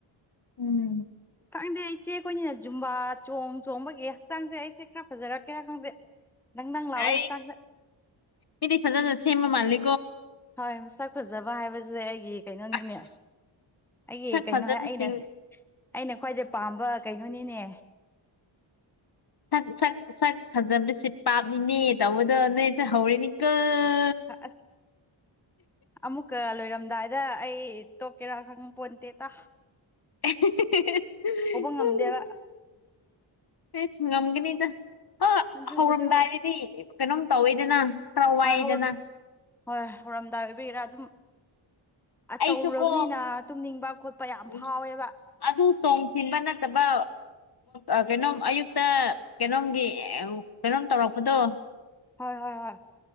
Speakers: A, on the left; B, in the centre.
A: ꯎꯝ
B: ꯈꯪꯗꯦ ꯑꯩꯆꯦ ꯑꯩꯈꯣꯏꯅꯤꯅ ꯖꯨꯝꯕꯥ ꯆꯣꯡ ꯆꯣꯡꯕꯒꯤ ꯍꯛꯆꯥꯡꯁꯦ ꯑꯩꯁꯦ ꯈꯔ ꯐꯖꯔꯛꯀꯦꯔꯥ ꯈꯪꯗꯦ ꯗꯪ ꯗꯪ ꯂꯥꯎꯋꯦ
A: ꯑ
B: ꯍꯛꯆꯥꯡꯁꯦ
A: ꯃꯤ ꯆ ꯁꯦꯃ ꯃꯥꯂ
B: ꯍꯣꯏ ꯃꯁꯛ ꯐꯖꯕ ꯍꯥꯏꯕꯁꯦ ꯑꯩ ꯑꯩꯒꯤ ꯀꯩꯅꯣꯅꯤꯅꯦ
A: ꯑꯁ
B: ꯑꯩꯒꯤ
A: ꯁꯛ
B: ꯀꯩꯅꯣ
A: ꯐꯖꯕꯁꯤꯡ
B: ꯑꯩꯅ ꯑꯩꯅ ꯈ꯭ꯋꯥꯏꯗꯩ ꯄꯥꯝꯕ ꯀꯩꯅꯣꯅꯤꯅꯦ
A: ꯁꯛ ꯁꯛ ꯐꯖꯕꯁꯤꯦ ꯄꯥꯞꯃꯤꯅꯦ ꯇꯧꯕꯗꯣ ꯅꯣꯏꯁꯦ ꯍꯧꯔꯦꯅꯤꯀꯜ
B: ꯑ ꯑꯃꯃꯨꯀ ꯂꯣꯏꯔꯝꯗꯥꯏꯗ ꯑꯩ ꯇꯣꯛꯀꯦꯔꯥ ꯈꯪ ꯄꯣꯟꯇꯦ ꯇ
A: ꯎ
B: ꯉꯝꯗꯦꯕ
A: ꯍꯁꯨ ꯉꯝꯒꯅꯤꯗ ꯑ
B: ꯑꯗꯨꯕꯨꯗꯤ
A: ꯍꯧꯔꯝꯗꯥꯏꯗꯗꯤ
B: ꯍꯣꯏ
A: ꯀꯩꯅꯣꯝ ꯇꯧꯋꯦꯗꯅ ꯀꯔꯋꯥꯏꯗꯅ
B: ꯍꯣꯏ ꯍꯧꯔꯝ ꯍꯣꯏ ꯍꯧꯔꯝꯗꯥꯏ ꯑꯣꯏꯕꯒꯤꯔꯥ ꯑꯗꯨꯝ
A: ꯑꯩꯁꯨ
B: ꯇꯧꯔꯨꯔꯕꯅꯤꯅ
A: ꯀꯣ
B: ꯇꯨꯝꯅꯤꯡꯕ ꯈꯣꯠꯄ ꯌꯥꯝ
A: ꯎꯝ
B: ꯐꯥꯎꯋꯦꯕ
A: ꯑꯗꯨ ꯆꯣꯡꯁꯤꯟꯕ ꯅꯠꯇꯕ ꯑ ꯀꯩꯅꯣꯝ ꯑꯌꯨꯛꯇ ꯀꯩꯅꯣꯝꯒꯤ ꯀꯩꯅꯣꯝ ꯇꯧꯔꯛꯄꯗꯣ
B: ꯍꯣꯏ ꯍꯣꯏ ꯍꯣꯏ